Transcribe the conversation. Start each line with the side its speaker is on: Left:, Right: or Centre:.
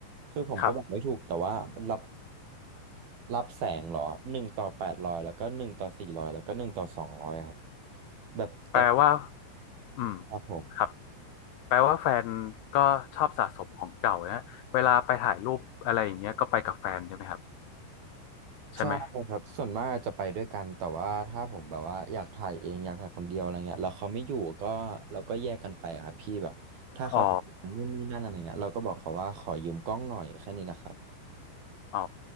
Right: คือผมก็บอกไม่ถูกแต่ว่ารับ
Left: ครับ
Right: รับแสงเหรอหนึ่งต่อแปดร้อยแล้วก็หนึ่งต่อสี่ร้อยแล้วก็หนึ่งต่อสองร้อยครับแบบเต็ม
Left: แปลว่าอืม
Right: ครับผม
Left: ครับแปลว่าแฟนก็ชอบสะสมของเก่านะเวลาไปถ่ายรูปอะไรอย่างเงี้ยก็ไปกับแฟนใช่ไหมครับใช่ไหม
Right: ใช่ครับส่วนมากจะไปด้วยกันแต่ว่าถ้าผมแบบว่าอยากถ่ายเองอยากถ่ายคนเดียวอะไรเงี้ยแล้วเขาไม่อยู่ก็เราก็แยกกันไปอะครับพี่แบบถ้าเขาติดนู่นนี่นั่นอะไรเงี้ยเราก็บอกเขาว่าขอยืมกล้องหน่อยแค่นี้นะครับ
Left: อ๋อ อ๋อ